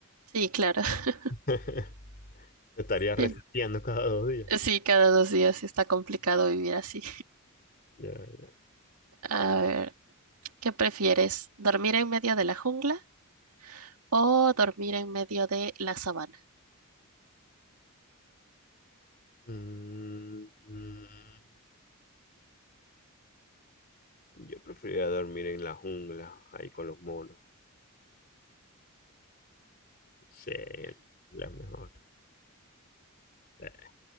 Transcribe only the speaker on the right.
Sí, claro. <laughs>
Sí,
sí, cada dos días está complicado vivir así.
A ver, ¿qué prefieres? ¿Dormir en medio de la jungla o dormir en medio de la sabana